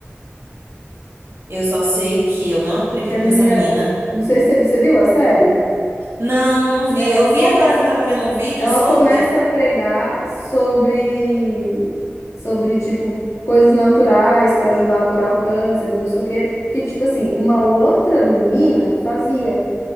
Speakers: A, on the right (about 65°); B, on the left (about 85°).
A: Eu só sei que eu não acredito
B: Porque a menina,
A: nessa menina.
B: não sei se você viu, você viu a série?
A: Não, não vi.
B: É,
A: Eu
B: ela
A: vi
B: começa,
A: agora que eu tava vendo um vídeo
B: Ela
A: sobre.
B: começa a pregar sobre, sobre tipo, coisas naturais para ajudar a curar o câncer, não sei o quê, que, tipo assim, uma outra menina fazia,